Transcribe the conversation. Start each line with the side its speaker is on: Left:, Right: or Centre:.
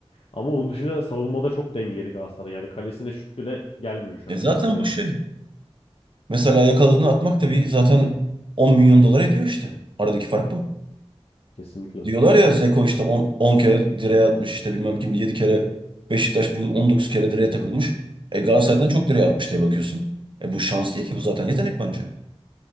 Left: Ama onun dışında savunmada çok dengeliydi Galatasaray. Yani kalesine şut bile gelmiyor şu
Right: E
Left: an
Right: zaten
Left: Galatasaray'ın.
Right: bu şey. Mesela yakaladığını atmak da bir zaten 10 milyon dolar ediyor işte. Aradaki fark bu.
Left: Kesinlikle.
Right: Diyorlar ya Zeko işte 10 10 kere direğe atmış işte bilmem kim yedi kere Beşiktaş bu yıl 19 kere direğe takılmış. E Galatasaray'dan
Left: Hı hı.
Right: çok direğe atmış diye bakıyorsun. E bu şans değil ki bu zaten yetenek bence.